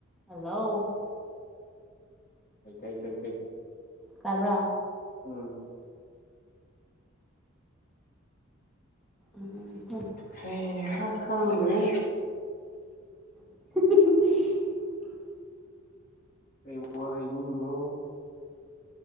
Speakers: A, in the centre; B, on the left (about 40°).
A: hello
B: ꯇꯥꯏ ꯇꯥꯏ ꯇꯥꯏ ꯇꯥꯏ
A: ꯇꯥꯕ꯭ꯔꯥ
B: ꯎꯝ
A: ꯎꯝ
B: ꯍ ꯍꯗ꯭ꯔꯔꯤ
A: <inaudible>
B: ꯑꯩ ꯋꯥ ꯍꯥꯏ ꯅꯤꯡ ꯏꯕꯣ